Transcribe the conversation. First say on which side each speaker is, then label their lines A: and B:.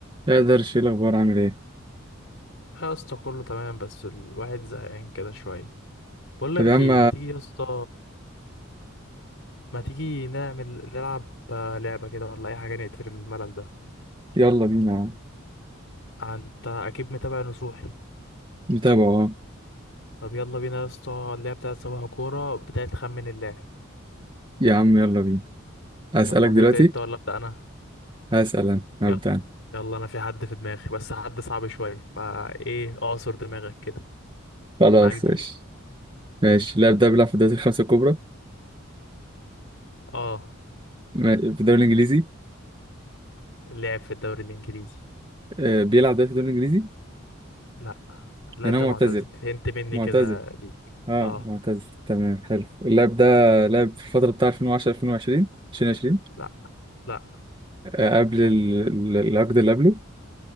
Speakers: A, on the right; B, on the left.
A: لا قدرش ايه الاخبار عامل ايه
B: يا اسطى كله تمام بس الواحد زهقان كده شوية بقول لك
A: طب يا عم
B: ايه ما تيجي يا اسطى ما تيجي نعمل نلعب آه، لعبة كده ولا اي حاجة نقتل الملل ده
A: يلا بينا يا عم
B: آه، انت اكيد متابع نصوحي
A: نتابعه اه
B: طب يلا بينا يا اسطى اللعبة بتاعت صباح كورة بتاعت خمن اللاعب
A: يا عم يلا بينا هسألك
B: يلا
A: دلوقتي
B: تبدأ انت ولا ابدأ انا
A: هسأل انا هبدأ
B: يلا
A: انا
B: يلا انا في حد في دماغي بس حد صعب شوية فايه اعصر دماغك كده
A: خلاص
B: معاك دقيقة
A: ماشي ماشي اللاعب ده بيلعب في الدوري الخمسة الكبرى
B: اه
A: ما- في الدوري الانجليزي
B: اللاعب في الدوري الانجليزي
A: آه، بيلعب ده في الدوري الانجليزي
B: لا اللاعب
A: يعني هو
B: ده
A: معتزل
B: معتزل هنت مني
A: معتزل
B: كده ليك
A: اه
B: اه
A: معتزل تمام حلو اللاعب ده لعب في الفترة بتاع 2010 2020 2020
B: لا لا
A: آه، قبل ال- ال- العقد اللي قبله